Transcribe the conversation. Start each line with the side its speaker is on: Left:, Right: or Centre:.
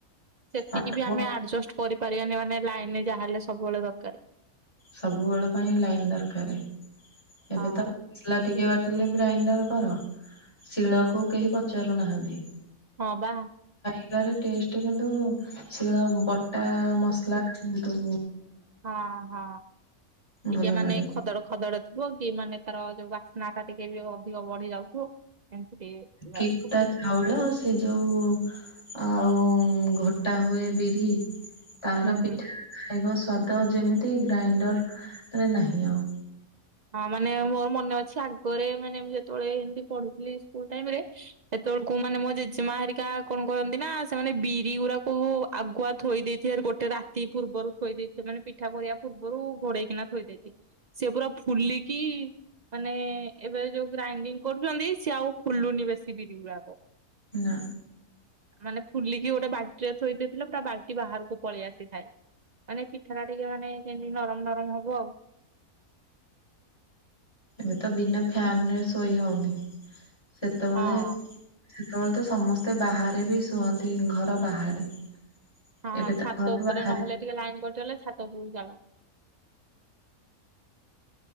Right: ସେତିକି
Left: ପାଠ
Right: ବି
Left: ପଢ
Right: ଆମେ ଆଡଜଷ୍ଟ କରିପାରିବାନି ମାନେ ଲାଇନରେ ଯାହା ହେଲେ ସବୁବେଳେ ଦକାରେ
Left: ସବୁବେଳ ପାଇଁ ଲାଇନ ଦରକାରେ ଏବେ
Right: ହଁ
Left: ତ ମସଲା ଟିକେ ବା ଟିଲେ ଗ୍ରାଇଣ୍ଡର କର ଶିଳକୁ କେହି ପଚାରୁନାହାନ୍ତି।
Right: ହଁ ବା।
Left: ଶିଳରେ ଟେଷ୍ଟ କିନ୍ତୁ ଶିଳ ବଟା ମସଲା ବହୁତୁ
Right: ହଁ ହଁ ଟିକେ
Left: ଭଲ
Right: ମାନେ
Left: ଲାଗେ
Right: ଖଦଡ ଖଦଡ ଥିବ କି ମାନେ ତାର ଯୋଉ ବାସ୍ନାଟା ଟିକେ ବି ଅଧିକ ବଢି ଯାଉଥିବ ଏମିତି ଟିକେ
Left: କେକ୍
Right: ହୁଁ
Left: ଟା ଚାଉଳ ସେ ଯୋଉ ଆଉ ଘୋଟା ହୁଏ ବିରି ତାର ପିଠା
Right: ହୁଁ।
Left: ଖାଇବ ସ୍ୱା ଦ ଯେମିତି ଗ୍ରାଇଣ୍ଡରରେ ନାହିଁ ଆଉ।
Right: ହଁ ମାନେ ମୋର ମନେ ଅଛି, ଆଗରେ ମାନେ ମୁଁ ଯେତେବେଳେ ଏମିତି ପଢୁଥିଲି ସ୍କୁଲ ଟାଇମରେ, ସେତେବେଳେ ମାନେ ମୋ ଜେଜେମା ହେରିକା କଣ କରନ୍ତି ନା- ସେମାନେ ବିରି ଗୁଡାକୁ ଆଗୁଆ ଥୋଇ ଦେଇଥିବେ ଗୋଟେ ରାତି ପୂର୍ବରୁ ଥୋଇ ଦେଇଥିବେ, ମାନେ ପିଠା କରିବା ପୂର୍ବରୁ ଘୋଡେଇକିନା ଥୋଇ ଦେଇଥିବେ, ସେ ପୁରା ଫୁଲି କି ମାନେ ଏବେ ଯୋଉ ଗ୍ରାଇଣ୍ଡିଙ୍ଗ କରୁଛନ୍ତି, ସିଏ ଆଉ ଫୁଲୁନି ବେଶୀ ବିରି ଗୁଡାକ
Left: ନା
Right: ମାନେ ଫୁଲିକି ଗୋଟେ ବାଲ୍ଟିରେ ଥୋଇ ଦେଇଥିଲେ ପୁରା ବାଲ୍ଟି ବାହାରକୁ ପଳେଇ ଆସିଥାଏ। ମାନେ ପିଠା ଟା ଟିକେ ମାନେ ଯେମତି ନରମ ନରମ ହବ ଆଉ।
Left: ଏବେ ତ ବିନା ଫ୍ୟାନରେ ଶୋଇ ହଉନି, ସେତେବେଳେ
Right: ହଁ।
Left: ସେତେବେଳେ ତ ସମସ୍ତେ ବାହାରେ ବି ଶୁଅନ୍ତି ଘର ବାହାରେ।
Right: ହଁ
Left: ଏବେ ତ
Right: ଛାତ
Left: ଘର
Right: ଉପରେ
Left: ବାହାରେ
Right: ନହେଲେ, ଟିକେ ଲାଇନ କଟିଗଲେ, ଛାତ ଉପରକୁ ଚାଲ।